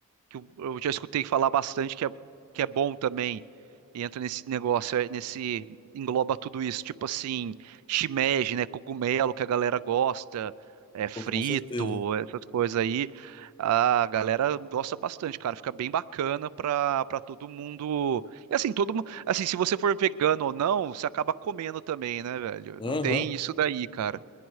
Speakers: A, on the right; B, on the left.
A: que eu eu já escutei falar bastante que é, que é bom também. E entra nesse negócio, é, nesse engloba tudo isso, tipo assim, shimeji, né, cogumelo que a galera gosta, é frito,
B: Pô, com certeza.
A: essas coisas aí. A galera gosta bastante, cara, fica bem bacana pra, pra todo mundo. E assim, todo mundo, assim, se você for vegano ou não, você acaba comendo também, né, velho?
B: Aham.
A: Não tem isso daí, cara.